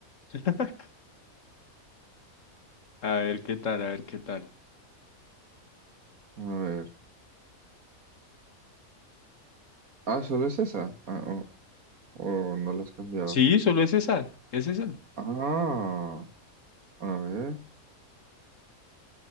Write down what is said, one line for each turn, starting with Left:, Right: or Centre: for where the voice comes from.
Left: <laughs> A ver qué tal, a ver qué tal.
Right: A ver. Ah, ¿solo es esa? Ah, oh, oh, no la has cambiado.
Left: Sí, solo es esa, es esa.
Right: Ah, a ver.